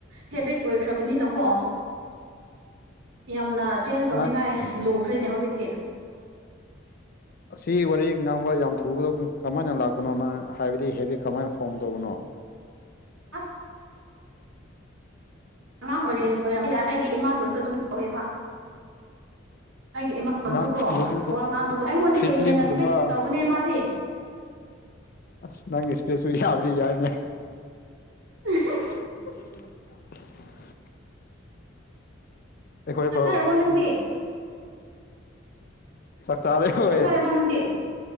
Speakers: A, on the right; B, on the left.
A: ꯍꯦꯕꯤꯠ ꯑꯣꯏꯈ꯭ꯔꯕꯅꯤꯅꯀꯣ ꯌꯥꯝꯅ ꯆꯦꯟ ꯆꯣꯡꯅꯤꯡꯉꯥꯏ
B: ꯅꯪ
A: ꯂꯨꯈ꯭ꯔꯦꯅꯦ ꯍꯧꯖꯤꯛꯇꯤ
B: ꯑꯁꯤ ꯋꯥꯔꯤ ꯉꯥꯡꯕ ꯌꯥꯝ ꯊꯨꯕꯗꯣ ꯀꯃꯥꯏꯅ ꯂꯥꯛꯄꯅꯣ ꯅꯪ ꯍꯥꯏꯕꯗꯤ ꯍꯦꯕꯤꯠ ꯀꯃꯥꯏꯅ ꯐꯣꯝ ꯇꯧꯕꯅꯣ
A: ꯑꯁ ꯑꯉꯥꯡ ꯑꯣꯏꯔꯤ <unintelligible> ꯑꯩꯒꯤ ꯏꯃꯥꯇꯣꯟꯁꯨ ꯑꯗꯨꯝ ꯇꯧꯋꯦꯕ ꯑꯩꯒꯤ ꯏꯃꯥꯇꯣꯟꯁꯨꯀꯣ
B: ꯅꯪ ꯃꯨꯚꯤꯒꯨꯝ
A: ꯋꯥ ꯉꯥꯡꯕꯗꯣ ꯑꯩꯉꯣꯟꯗꯒꯤ
B: ꯐꯤꯂꯤꯝꯒꯨꯝꯕ
A: ꯍꯦꯟꯅ ꯏꯁꯄꯤꯠ ꯇꯧꯕꯅꯦ ꯃꯥꯗꯤ
B: ꯑꯁ ꯅꯪꯒꯤ ꯏꯁꯄꯤꯠꯁꯨ ꯌꯥꯕꯗꯤ ꯌꯥꯏꯅꯦ
A: <unintelligible>
B: <unintelligible> ꯑꯩꯈꯣꯏꯐꯧ
A: ꯆꯥꯛ ꯆꯥꯔꯕꯣ ꯅꯪꯗꯤ
B: <unintelligible> ꯆꯥꯛ ꯆꯥꯔꯦ ꯍꯣꯏ
A: ꯆꯥꯛ ꯆꯥꯔꯕ ꯅꯪꯗꯤ